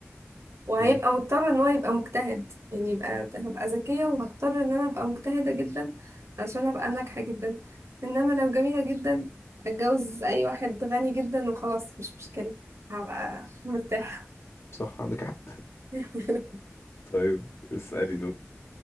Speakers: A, on the right; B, on the left.
A: وهيبقى
B: امم
A: مضطر ان هو يبقى مجتهد يعني يبقى هبقى ذكية وهضطر ان انا ابقى مجتهدة جدا عشان ابقى ناجحة جدا انما لو جميلة جدا اتجوز اي واحد غني جدا وخلاص مش مشكلة هبقى مرتاحة
B: صح عندك حق
A: <laughs>
B: <laughs> طيب اسالي